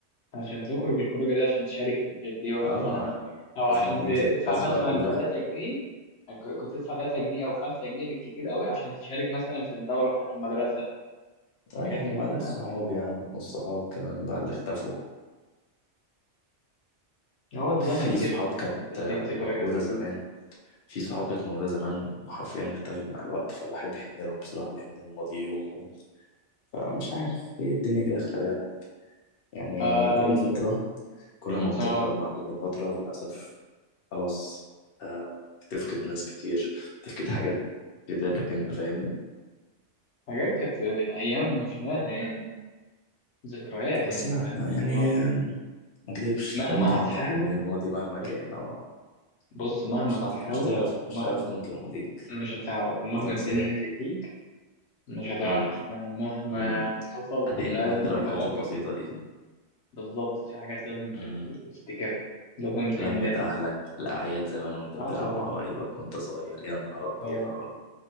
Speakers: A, on the left; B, on the left.
A: عشان تخرج الخروجة دي عشان تشارك في الجدي مثلا
B: اه يعني
A: او
B: لازم
A: عشان
B: تجيب
A: ت-
B: زي
A: تدفع
B: الناس
A: مثلا
B: بقى كلها
A: 3 جنيه آه، ك- كنت تدفع 3 جنيه او 5 جنيه بالكتير قوي عشان تشارك مثلا في الدورة بتاعت المدرسة
B: اه
A: الحاجات
B: يا عم
A: دي
B: وبعدين
A: كلها
B: الصحاب
A: كان
B: يا عم والصحاب كمان بقى اللي اختفوا
A: هو الزمن
B: في
A: كده
B: صحاب
A: ما
B: كانت
A: انت في
B: آه،
A: ذكريات
B: موجودة
A: كتير
B: زمان في صحاب كانت موجودة زمان حرفيا اختفت مع الوقت فالواحد بيحن لهم بصراحة بيحن لماضيهم فمش عارف هي الدنيا كده خلي بالك يعني
A: آه
B: كل
A: لم
B: فترة كل ما بتكبر
A: اه
B: مع كل فترة للأسف خلاص آه، بتفقد ناس كتير بتفقد حاجات في ذاتك انت فاهمني
A: حاجات كانت ايام عشناها يعني ذكريات
B: بس
A: يعني
B: لا
A: فاهم
B: يعني
A: اللي هو
B: آه، ما اكدبش
A: مهما
B: برضه
A: هتحاول
B: عندي حنين للماضي مهما كان
A: بص,
B: اه
A: بص مهما
B: مش
A: هتحاول
B: هتعرف مش تعرف مش
A: ومهما
B: هتعرف تنكر ماضيك
A: مش هتعرف ومهما
B: وتنساه
A: الدنيا هتلهيك مش هتعرف
B: امم
A: انا مهما
B: امم
A: حصل
B: هتحن
A: لازم
B: حتى
A: في
B: لو الحاجات
A: مواقف
B: البسيطة دي
A: بالظبط في حاجات لازم ت-
B: مم.
A: ت- تفتكرها لازم تحن
B: لمة
A: لها
B: أهلك الأعياد زمان وأنت
A: اه
B: بتلعب
A: طبعا
B: مع قرايبك وأنت صغير يا نهار أبيض
A: طبعا